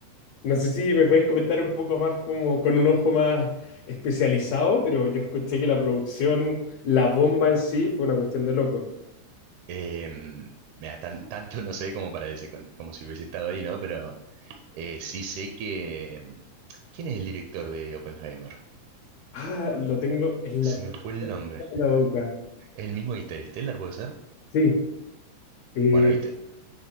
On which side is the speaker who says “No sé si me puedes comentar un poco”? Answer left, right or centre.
Left